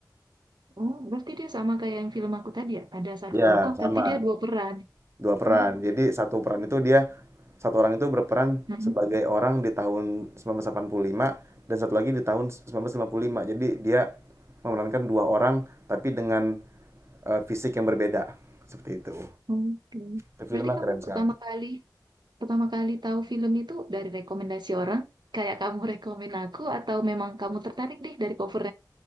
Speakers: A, on the right; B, on the right.
A: Oh, berarti dia sama kayak yang film aku tadi ya. Ada satu
B: ya
A: tokoh
B: sama
A: tapi dia dua peran.
B: dua peran
A: Oke.
B: jadi satu peran itu dia satu orang itu berperan
A: Mm-mm.
B: sebagai orang di tahun 1985 dan satu lagi di tahun 1955. jadi dia memerankan dua orang tapi dengan eh, fisik yang berbeda seperti itu
A: Oke.
B: Tapi filmnya
A: Berarti kamu
B: keren sekali
A: pertama kali pertama kali tahu film itu dari rekomendasi orang, kayak kamu rekomen aku atau memang kamu tertarik deh dari cover